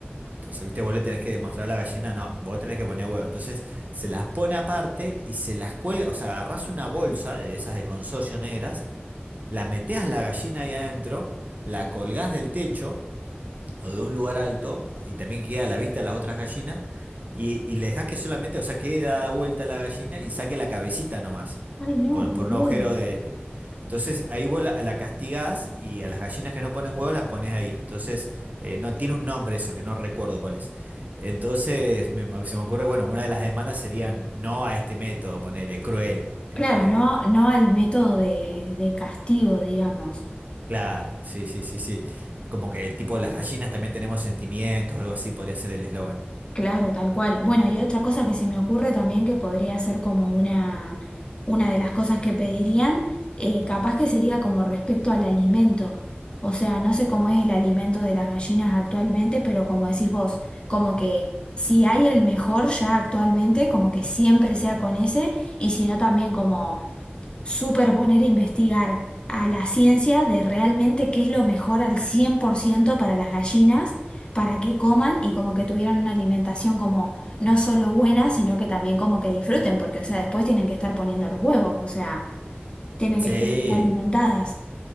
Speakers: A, on the right; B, on the left.
A: Entonces, viste, vos le tenés que demostrar a la gallina, no, vos tenés que poner huevo. Entonces, se las pone aparte y se las cuelga, o sea, agarrás una bolsa de esas de consorcio negras, la metés a la gallina ahí adentro, la colgás del techo o de un lugar alto y también que queda a la vista de las otras gallinas y, y le dejas que solamente, o sea, quede dada vuelta la gallina y saque la cabecita nomás
B: ay no,
A: por,
B: como
A: por un
B: digo,
A: agujero de... de- Entonces ahí vos la, la castigás y a las gallinas que no ponen huevos las pones ahí. Entonces eh, no tiene un nombre eso, que no recuerdo cuál es. Entonces me- me- se me ocurre, bueno, una de las demandas serían no a este método, ponerle cruel. Este,
B: claro, no, no al método de, de castigo, digamos.
A: claro, sí, sí, sí, sí. Como que tipo las gallinas también tenemos sentimientos, algo así podría ser el eslogan.
B: Claro, tal cual. Bueno, y otra cosa que se me ocurre también que podría ser como una, una de las cosas que pedirían, eh, capaz que sería como respecto al alimento. O sea, no sé cómo es el alimento de las gallinas actualmente, pero como decís vos, como que si hay el mejor ya actualmente, como que siempre sea con ese, y si no también como superponer e investigar a la ciencia de realmente qué es lo mejor al 100% para las gallinas, para que coman y como que tuvieran una alimentación como no solo buena, sino que también como que disfruten, porque o sea, después tienen que estar poniendo los huevos, o sea, tienen
A: Sí,
B: que estar alimentadas.